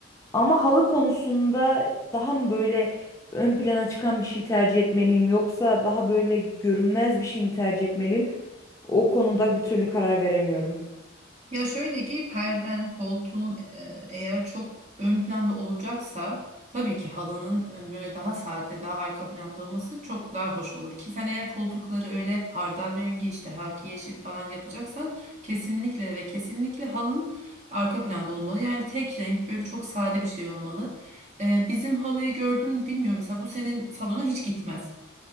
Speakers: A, on the left; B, on the right.
A: ama halı konusunda daha mı böyle ön plana çıkan bir şey tercih etmeliyim yoksa daha böyle görünmez bir şey mi tercih etmeliyim? O konuda bir türlü karar veremiyorum.
B: Ya şöyle ki perden, koltuğun e, eğer çok ön planda olacaksa tabii ki halının e, böyle daha sade, daha arka planda olması çok daha hoş olur. Ki sen eğer koltukları öyle hardal rengi işte haki yeşil falan yapacaksan kesinlikle ve kesinlikle halın arka planda olmalı. Yani tek renk böyle çok sade bir şey olmalı. E, bizim halıyı gördün mü bilmiyorum. Mesela bu senin salona hiç gitmez.